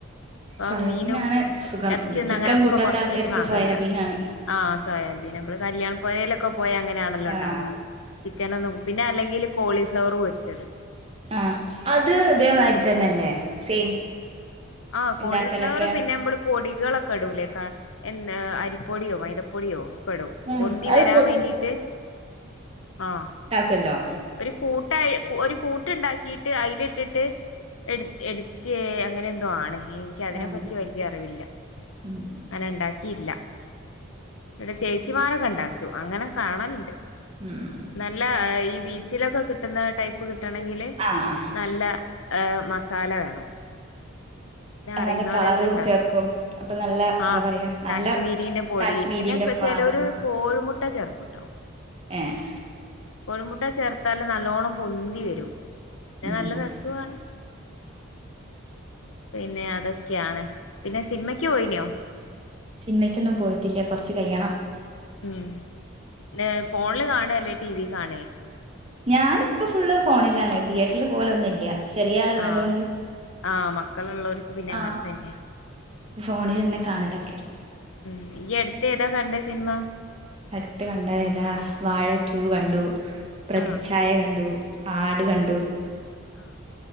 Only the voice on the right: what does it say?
സോയാബീനാണ്
സുഖം
ചിക്കൻ
കൂട്ടാത്ത
ആൾക്കാർക്ക്
സോയാബീനാണ്
ആഹ്
ആഹ് അത് ഇതേമാരി തന്നെല്ലേ, സെയിം?
ഉണ്ടാക്കലൊക്കെ
ഉം
അത്
താക്കല്ലോ.
ആഹ്
ഉം
ഉംഉം
ആഹ്
നല്ല കളറ്
ചേർക്കും അപ്പൊ നല്ല എന്താ
പറയാ നല്ല
കാശ്മീരിന്റെ
പാതൊക്കെ
ഏഹ്
ഉം
സിനിമയ്ക്കൊന്നും പോയിട്ടില്ല കുറച്ച് കഴിയണം.
ഞാനിപ്പോ ഫുള്ള് ഫോണിലാണ്. തിയേറ്ററിൽ പോലെ ഒന്നും ല്ല. ചെറിയാളുള്ളതു
കൊണ്ട്
ആഹ്
ഫോണിൽ തന്നെ കാണലൊക്കെ
അടുത്ത് കണ്ടത് ഏതാ വാഴ ടു കണ്ടു. പ്രതിച്ഛായ
കണ്ടു. ആട് കണ്ടു.